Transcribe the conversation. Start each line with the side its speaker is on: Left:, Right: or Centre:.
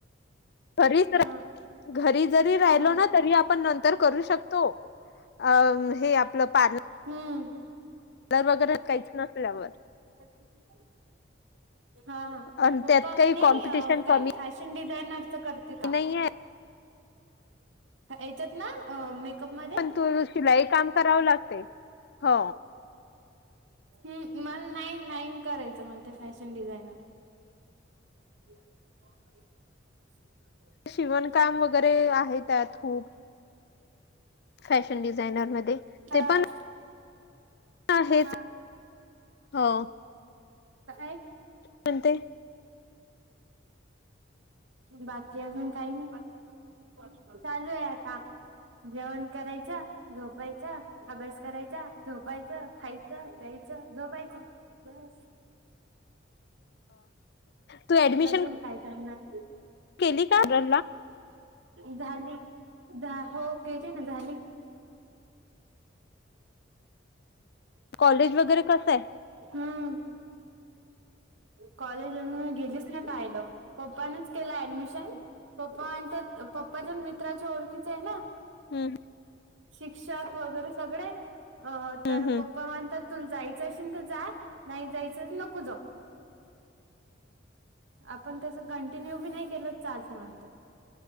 Left: घरीच
Right: हा
Left: रा घरी जरी राहिलो
Right: हा
Left: ना तरी आपण नंतर करू शकतो अ हे आपलं पर्ल
Right: हम्म
Left: र वगरे काहीच नसल्यावर
Right: <inaudible> हा ह
Left: आणि
Right: पप्पा
Left: त्यात
Right: म्हणे
Left: काही कॉम्पिटिशन
Right: काय
Left: कमी
Right: फॅशन डिझाईन... करते का
Left: नाहीये
Right: याच्यात ना... मेकअप मध्ये
Left: पण तू शिलाई काम करावं लागते.. हो
Right: हम् मला नाही... नाही करायचं मला ते फॅशन डिझायनर.. <unintelligible>
Left: शिवणकाम वगैरे आहे त्यात.. खूप फॅशन डिझायनर मध्ये
Right: हा
Left: ते पण... हे
Right: हा
Left: हो.
Right: काय
Left: म्हणते
Right: बाकी अजून काही नाही. चालू आहे आता जेवण करायचं झोपायचं. अभ्यास करायचा झोपायचं खायचं प्यायचं झोपायचं बस
Left: तू ऍडमिशन
Right: अजून काय जामणार
Left: केली काला
Right: झाली हो केली ना झाली.
Left: कॉलेज वगैरे कसं आहे
Right: हम. कॉलेज जून म गेलीस ना पाहिलं प्. पप्पाानच केला ऍडमिशन पप्पा म्हच्या पप्पाच्या मित्राच्या ओळखीच आहे ना
Left: हम्म
Right: शिक्षक वगैरे सगळे.... अ तर
Left: हम्म
Right: पप्पा म्हणतात तु जायचं... नाहीच नको जाऊ आपण. कंटिन्यू भी नाही केलं तर चालते म्हणे